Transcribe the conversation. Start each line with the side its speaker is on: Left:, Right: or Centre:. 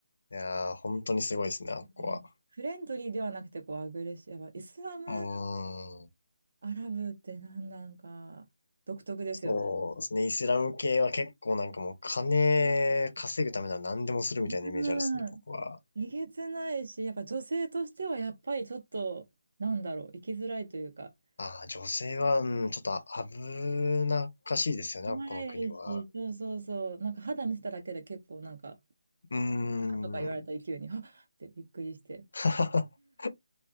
Left: いやー、本当にすごいですね、あっこは。
Right: うんフレンドリーではなくて、こう、アグレッシブ。やっぱイスラム、
Left: うーん。
Right: アラブってなんなんか、独特ですよね。
Left: そうですね、イスラム系は結構なんかもう金稼ぐためなら何でもするみたいなイメージあるですね、
Right: うんえげつないし、
Left: 僕は。
Right: やっぱ女性としてはやっぱりちょっと、なんだろう、生きづらいというか、
Left: ああ、女性は、うん、ちょっと危なっかしいですよね、
Right: ないし、
Left: この国は。
Right: そうそうそう、なんか肌見せただけで結構なんか、
Left: うーん。
Right: あとか言われた勢いに、あっってびっくりして。
Left: <laughs>